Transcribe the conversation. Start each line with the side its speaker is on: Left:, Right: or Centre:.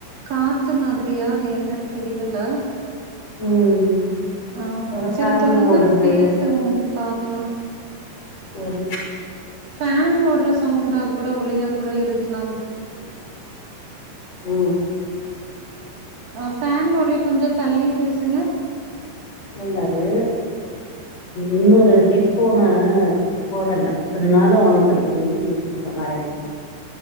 Right: கா த்து மாதிரியா அது என்னன் தெரியில
Left: ம்
Right: ஆஹ
Left: ஒரு ஃபேன்
Right: சேரி தொடர்ந்து
Left: ஓடுது
Right: பேசுவோம்ப்பா க்லா
Left: சேரி
Right: ஃபேன் ஓட்ற சவுண்டாக் கூட ஒலியாக் கூட இருக்குலாம்
Left: உம்
Right: ஃபேன் ஒலிக் கொஞ்சத் தள்ளி பேசுங்க
Left: இல்லது இன்னொரு ஹெட்ஃபோனு போடல்ல அதுனால உனக்கு அந்த ஒலி கேக்குது இத வர இருங்க